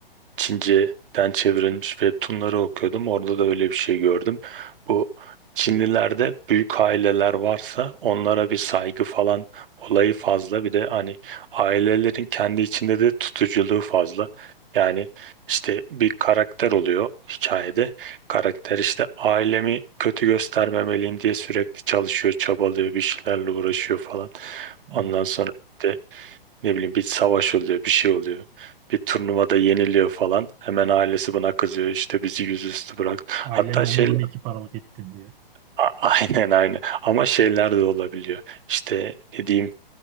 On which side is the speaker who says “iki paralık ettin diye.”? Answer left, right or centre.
Right